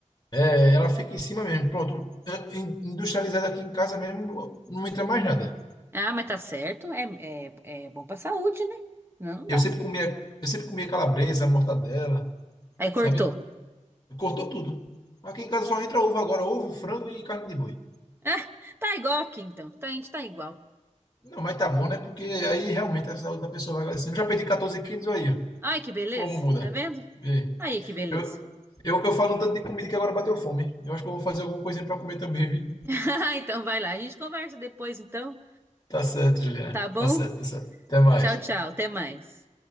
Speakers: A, on the left; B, on the right.
A: É, ela fica em cima mesmo. Pronto, É, in- industrializada aqui em casa mesmo, não entra mais nada.
B: Ah, mas tá certo, é, é, é bom pra saúde, né? Não
A: Eu
B: dá.
A: sempre comia, eu sempre comia calabresa, mortadela,
B: Aí
A: sabe?
B: cortou.
A: Cortou tudo. Aqui em casa só entra ovo agora, ovo, frango e carne de boi.
B: Ah, tá igual aqui então. Tá, a gente tá igual.
A: Não, mas tá bom, né? Porque aí realmente a saúde da pessoa vai crescendo. Já perdi 14 quilos aí, ó.
B: Ai, que beleza.
A: Como muda?
B: Tá vendo?
A: Vê. aí.
B: Aí, que beleza.
A: Eu, eu, eu falo um tanto de comida que agora bateu fome. Eu acho que eu vou fazer alguma coisa para comer também, vi?
B: <laughs> Então vai lá. A gente conversa depois então.
A: Tá certo, Juliana.
B: Tá bom?
A: Tá certo, tá certo. Até mais.
B: Tchau, tchau. Até mais.